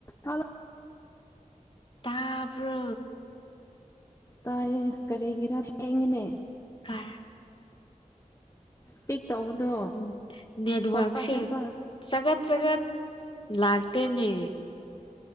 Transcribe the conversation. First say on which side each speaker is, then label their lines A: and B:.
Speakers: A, on the left; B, on the left.
A: hello
B: ꯇꯥꯕ꯭ꯔꯣ
A: ꯇꯥꯏꯌꯦ ꯀꯔꯤꯒꯤꯔ ꯊꯦꯡꯉꯅꯦ
B: ꯀ
A: ꯄꯤꯛ ꯇꯧꯕꯗꯣ
B: ꯎꯝ ꯅꯦꯠꯋꯔꯛ
A: ꯐꯣꯟ ꯄꯥꯏꯈꯠꯄ
B: ꯁꯦ ꯆꯒꯠ ꯆꯒꯠ ꯂꯥꯛꯇꯅꯦ